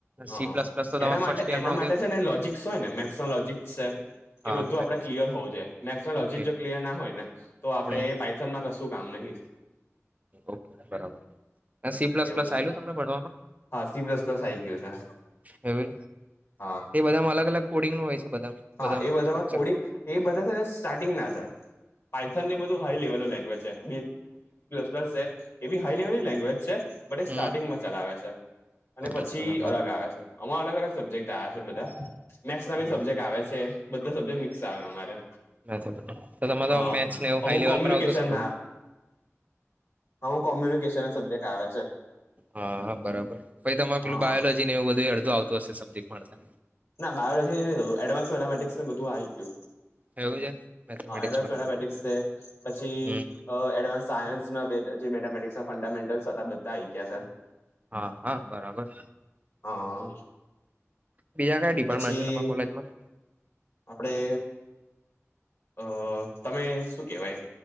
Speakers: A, on the left; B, on the right.
A: હા
B: સી પ્લસ પ્લસ તો તમારે
A: એના માટે
B: ફર્સ્ટ યરમાં
A: એના
B: આવતી
A: માટે
B: હશે
A: છે ને લોજિક્સ હોય ને મેક્સ લોજિક્સ છે. એ
B: હા
A: બધું આપડે ક્લિયર હોવું જોાય મેક્સ લોજી
B: ઓકે
A: જો ક્લિયર ના હોય ને તો આપડે
B: હમ
A: એ પાઇથનમાં કશું કામ નહી.
B: ઓકે બરાબર સી પ્લસ
A: એવું
B: પ્લસ
A: છે
B: આલું તમને ભણમાં?
A: હા સી બ્લસ પ્લસ આ આવી ગયું છે.
B: એવ.
A: હા
B: એ બધામાં અલગ અલગ કોડિંગ ન હોય છે બધા
A: હા
B: બધા
A: એ બધામાં
B: સ્ટક્ચર.
A: કોડિંગ બધા છે ને સ્ટાર્ટિંગ ના છે પાઇથન એ બધું હાઈ લેવલ નું લેંગ્વેજ છેલસ પલસ છે એી હાઈ લેવલની લે છે બટ એ
B: હમ
A: સ્ટાર્ટિંગમાં ચલાવે છે અને
B: ઓકે
A: પછી
B: બરાબર
A: અલગ આવે છે. અમા અલગ અલગ સબ્જેક્ટ આવ્યા છે બધા મેસ ના
B: હા
A: બી સબ્જેક્ટ આવે છે બધા સબ્જેક્ટ મિક્સ આવે અમારે.
B: હ તો તમારો
A: હા
B: મેચ નેવું હાાઈ
A: અમુક
B: લેવલ
A: કોમ્યુનિકેશન
B: પર આવતોું હશે ને થોડું.
A: હું કોમ્યુનિકેશન સબ્જેક્ટ આવે છે.
B: હાા બરાબર પછ તમામે
A: હા
B: પેલું બાયોલોજી
A: હા
B: ને એવું બધું અડધું આવતું હશે સબ્જેક્ટતા.
A: ના બાયોજી ન એડવાન્સ મેથેમેટિક્સ ને બધું આવી ગયું.
B: એવું છે. મેથેમેટિક્સ
A: હા એડવાન્સ
B: પણ
A: મેથમેટિક્સ
B: એવું.
A: છે. પછી
B: હમ
A: એડવાન્સ સાયન્સમાં બે જે મેથેમેટિક્સ ના ફંડામેન્ટસ હતા બધા આઈ ગયા છે.
B: હા હા બરાબર.
A: હા.
B: બીજા કઈ ડિપાર્ટમેન્ટ
A: પછી
B: છે તમા કોલેજમાં?
A: આપડે અ તમે શું કેહેવાય